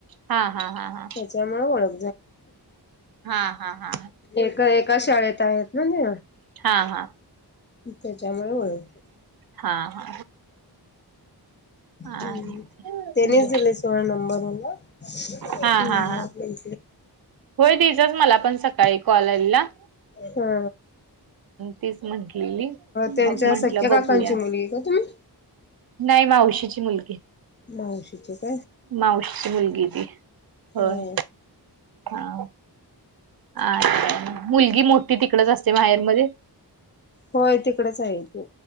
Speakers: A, on the right (about 60°); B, on the left (about 25°).
A: हा हा हा हा
B: त्याच्यामुळे ओळख
A: हा हा हा
B: एका एका शाळेत आहेत ना नि
A: हा हा
B: त्याच्यामुळे बरोते
A: हा हा हा हा
B: हम्म त्यानीच
A: बर
B: दिले सोळा नंबर वला ह्
A: हा हा हा
B: बोल
A: होय दचस मला पण सकाळी कॉल आली ना
B: हा
A: तीच म्हटलेली
B: त्यांच्या
A: मग म्हंटलं
B: सख्या
A: बघूया
B: काकांची मुलगी का तुम्ही
A: नाही मावशीची मुलगी
B: मावशीचे काय
A: मावशीची मुलगी ती होय
B: हो.
A: हा अछ मुलग मोठी तिकडच असते माहेरमध्येध्ये
B: होय तिकडेच आहे ते